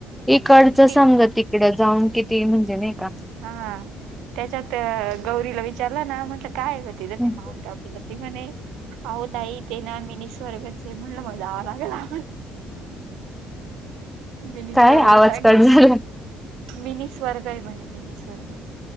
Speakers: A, in the centre; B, on the right.
A: इकडचं
B: ते
A: समजा तिकडं जाऊन किती म्हणजे नाही का
B: हां त्याच्यात गौरीला विचारलं ना म्हंटलं काय गं तिथं
A: हम्म
B: ते माउंट अबूला ती म्हणे आहो ताई ते ना मीनी स्वर्गच आहे म्हणलं म जावं लागलं आम्हाला. मिनी
A: काय
B: स्वर्ग
A: आवाज
B: सारख
A: कट झाला
B: मिनी स्वर्ग आहे म्हणे मिनी स्वर्ग